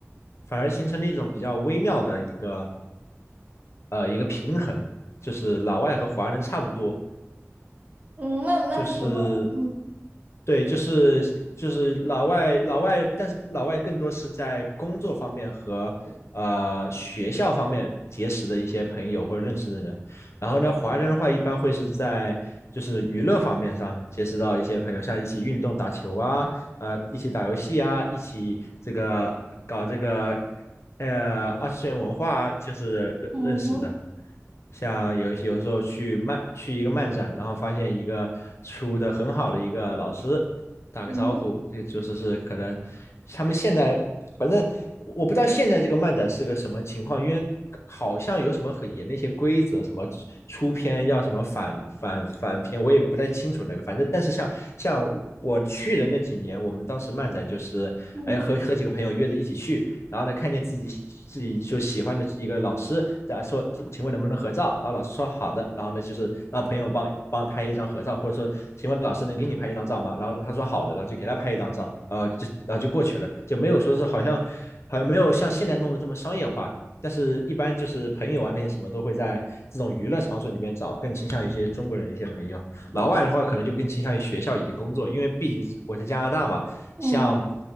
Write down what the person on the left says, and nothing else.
反而形成了一种比较微妙的一个呃一个平衡，就是老外和华人差不多，
就是
对，就是就是老外老外，但是老外更多是在工作方面和呃学校方面结识的一些朋友或者认识的人。然后呢，华人的话一般会是在就是娱乐方面上结识到一些朋友，像一起运动、打球啊，呃，一起打游戏啊，一起这个搞这个呃二次元文化啊就是认认识的。
像有一些有时候去漫去一个漫展，然后发现一个出的很好的一个老师，打个招呼，
这个就是是可能他们现在反正我不知道现在这个漫展是个什么情况，因为好像有什么很严的一些规则，什么出片要什么反反反片，我也不太清楚那个，反正但是像像我去的那几年，我们当时漫展就是哎和和几个朋友约着一起去。
然后呢，看见自己自己就喜欢的一个老师，在说，请问能不能合照？然后老师说好的，然后呢，就是让朋友帮帮拍一张合照，或者说，请问老师能给你拍一张照吗？然后他说好的，然后就给他拍一张照，呃，就然后就过去了，就没有说是好像好像没有像现在弄得这么商业化。但是，一般就是朋友啊，那些什么都会在这种娱乐场所里面找，更倾向于一些中国人一些朋友。老外的话，可能就更倾向于学校以及工作，因为毕竟我在加拿大嘛，
像